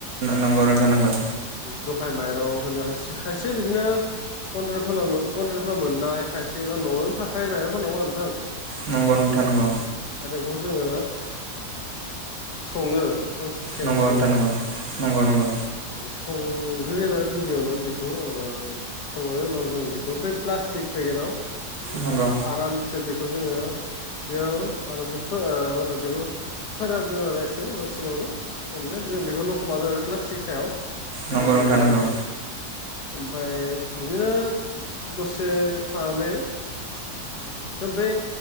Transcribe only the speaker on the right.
नंगौ नोंथां नांगौ।
नंगौ नोंथां नंगौ।
नंगौ
नोंथां नंगौ नंगौ नंगौ।
नंगौ
नंगौ नंगौ नोंथां नंगौ